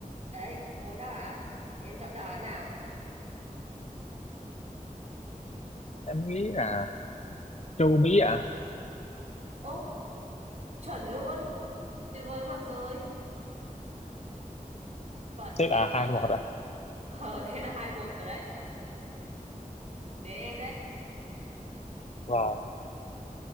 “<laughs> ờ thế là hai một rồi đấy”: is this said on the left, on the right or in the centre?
Right